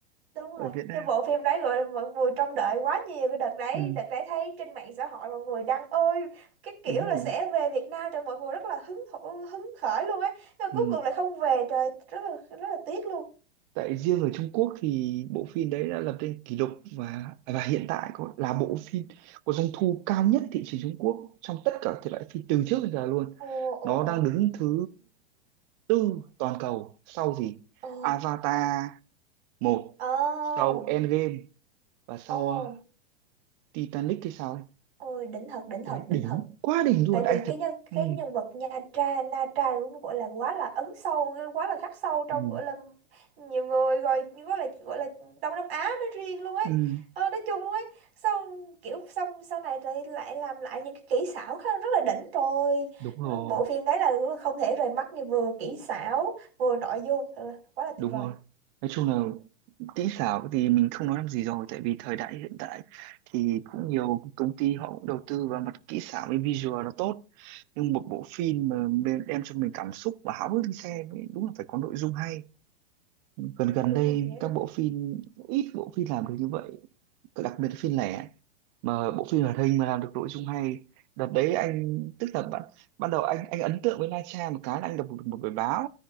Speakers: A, on the right; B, on the right.
A: đúng
B: ở
A: rồi.
B: Việt Nam
A: Nhưng bộ phim đấy gọi là mọi người trông đợi quá nhiều cái đợt đấy,
B: ừ,
A: đợt đấy thấy trên mạng xã hội mọi người đăng ôi cái kiểu
B: đúng
A: là
B: rồi
A: sẽ về Việt Nam cho mọi người rất là hứng thổ, hứng khởi luôn ấy, nhưng mà
B: ừ.
A: cuối cùng lại không về, trời rất là rất là tiếc luôn.
B: tại riêng ở Trung Quốc thì bộ phim đấy đã lập nên kỷ lục và và hiện tại có, là bộ phim có doanh thu cao nhất thị trường Trung Quốc trong tất cả thể loại phim từ trước đến giờ luôn
A: Ồ
B: nó
A: ồ ồ.
B: đang đứng thứ tư toàn cầu sau gì
A: Ồ.
B: Avatar một
A: Ồ.
B: sau Endgame và sau
A: Ồ.
B: ờ, Titanic hay sao ấy
A: Ôi đỉnh thật, đỉnh thật,
B: đấy
A: đỉnh
B: đỉnh
A: thật.
B: quá đỉnh luôn
A: tại vì
B: anh thật
A: cái nhân
B: ừ.
A: cái nhân vật Nha Tra Na Tra cũng gọi là quá là ấn sâu quá là khắc sâu trong
B: Ừ.
A: gọi là nhiều người rồi gọi là gọi là Đông Nam Á nói riêng luôn ấy
B: Ừ.
A: ờ, nói chung luôn ấy xong kiểu xong sau này thì lại làm lại những cái kỹ xảo khá rất là đỉnh rồi
B: đúng rồi
A: bộ phim đấy là không thể rời mắt như vừa kỹ xảo vừa nội dung Thật là quá là tuyệt
B: đúng
A: vời
B: rồi nói chung là kỹ xảo thì mình không nói làm gì rồi tại vì thời đại hiện tại thì cũng nhiều công ty họ cũng đầu tư vào mặt kỹ xảo với visual nó tốt nhưng một bộ phim mà đem đem cho mình cảm xúc và háo hức đi xem ấy, đúng là phải có nội dung hay gần gần
A: đúng
B: đây
A: rồi dạ
B: các
A: đúng
B: bộ phim ít bộ phim làm được như vậy đặc biệt là phim lẻ mà bộ phim hoạt hình mà làm được nội dung hay đợt đấy anh tức là bạn, ban đầu anh anh ấn tượng với Na Tra một cái là anh đọc một, một bài báo